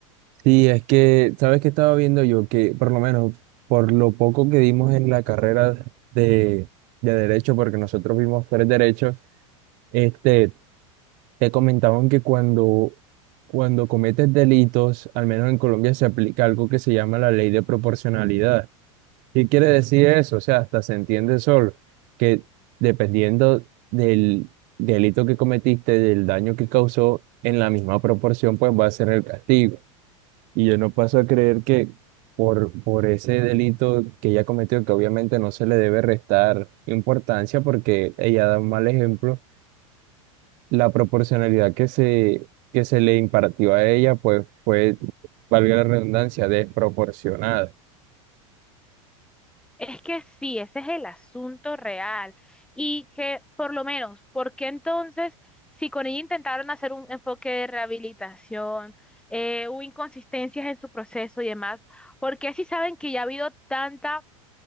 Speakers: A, on the right; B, in the centre.
A: Sí, es que, ¿sabes qué estaba viendo yo? Que por lo menos por lo poco que dimos en la carrera de, de derecho, porque nosotros vimos tres derechos, este, te comentaban que cuando, cuando cometes delitos, al menos en Colombia se aplica algo que se llama la ley de proporcionalidad. ¿Qué quiere decir eso? O sea, hasta se entiende solo que dependiendo del delito que cometiste, del daño que causó, en la misma proporción, pues va a ser el castigo. Y yo no paso a creer que por, por ese delito que ella cometió, que obviamente no se le debe restar importancia porque ella da un mal ejemplo, la proporcionalidad que se, que se le impartió a ella, pues fue, valga la redundancia, desproporcionada.
B: Es que sí, ese es el asunto real. Y que, por lo menos, ¿por qué entonces, si con ella intentaron hacer un enfoque de rehabilitación, eh, hubo inconsistencias en su proceso y demás, ¿por qué si saben que ya ha habido tanta